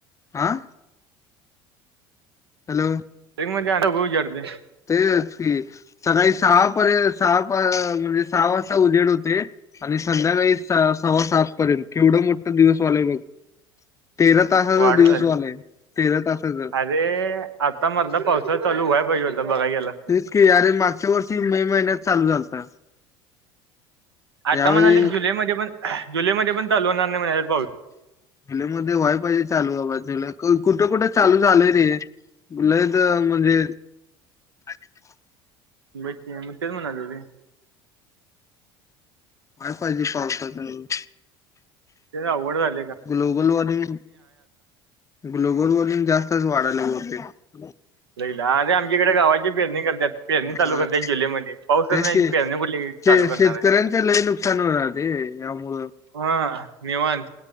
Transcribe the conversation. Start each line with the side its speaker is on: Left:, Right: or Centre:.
Left: आ हॅलो
Right: बारीक मध्ये उजडते
Left: तेच की. सकाळी सहा पर्यंत सहा म्हणजे सहा वाजता उजेड होते आणि संध्याकाळी सव्वा सात पर्यंत केवढं मोठं दिवस आलाय बघ. तेरा तासाचा
Right: वाढ
Left: दिवसवालय
Right: झाल्या
Left: तेरा तासाच
Right: अरे आता मरदा पावसा चं चालु व्हाय पाहिजे होतं. बघायला
Left: तेच की अरे मागच्या वर्षी मे महिन्यात चालू झालता
Right: आता
Left: यावेळी
Right: म्हणाले जुलै मध्ये पण जुलै मध्ये पण चालु होणार नाही म्हणाले. <unintelligible>
Left: म व्हायफाय पाहिजे चालू जुलै कुठे कुठे चालू झालंय रे. लई तर म्हणजे <unintelligible>
Right: बकी मग तेच म्हणालो रे.
Left: काय पाहिजे पावसाचं.
Right: ते अवघड झालय.
Left: ग्लोबल वॉर्मिंग ग्लोबल वॉर्मिंग जास्तच वाढायला व <unintelligible>
Right: लईला आरे आमच्या इकडे गावाची पेरणी करतात पेरणी चालू
Left: अ
Right: करतात जुलै मध्ये पाऊसच
Left: तेच
Right: नाही
Left: की
Right: पेरणी कुठली चालू
Left: शे
Right: करणार
Left: शेतकऱ्यांचे
Right: आहेत,
Left: लय नुकसान होणार ते यामुळं
Right: हा निवांत.